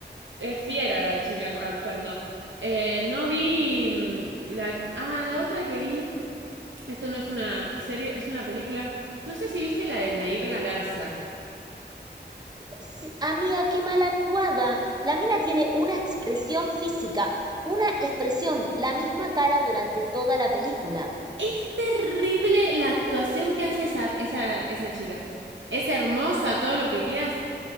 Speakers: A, on the right; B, on the right.
A: Es fiera la China actuando. Eh, no vi mm, la... Ah, la otra que vi. Esto no es una serie, es una película. No sé si viste la de Nair Galarza.
B: Sí, amiga, qué mal actuada. La mina tiene una expresión física, una expresión, la misma cara durante toda la película.
A: Es terrible la actuación que hace esa, esa, esa chica. Es hermosa, todo lo que quieras,